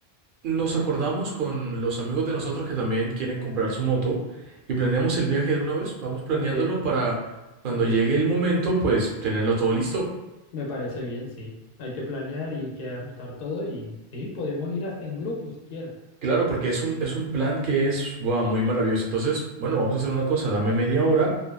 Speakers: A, on the right; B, on the left.
A: nos acordamos con los amigos de nosotros que también quieren comprar su moto y planeamos el viaje de una vez? Vamos planeándolo
B: Ok,
A: para cuando
B: ok,
A: llegue el momento, pues tenerlo todo listo.
B: me parece bien, sí. Hay que planear y hay que ajustar todo y sí, podemos ir hasta en grupo si quieres.
A: Claro, porque es un, es un plan que es guau, muy maravilloso. Entonces, bueno, vamos a hacer una cosa, dame media hora,